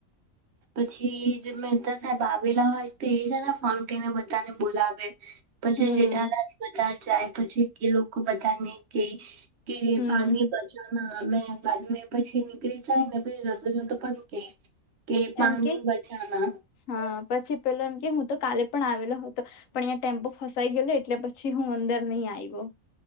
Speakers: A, on the right; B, on the left.
A: પછી જ મહેતા સાહેબ આવેલા હોય તો એ જ ને ફોન કરીને બધાને બોલાવે પછી
B: હમ
A: જેઠાલાની બધા જાય પછી એ લોકો બધાને કે કે
B: હમ
A: પાણી પછ મેં બાદ મે પછી નીકળી જાયને પી જતો જોતો પણ કય કે પામ
B: એમ કે
A: બચાના
B: હા પછી પેલો એમ કે હું તો કાલે પણ આવેલો હતો પણ અહીંયા ટેમ્પો ફસાઈ ગયેલો એટલે પછી હું અંદર નહીં આવી ગયો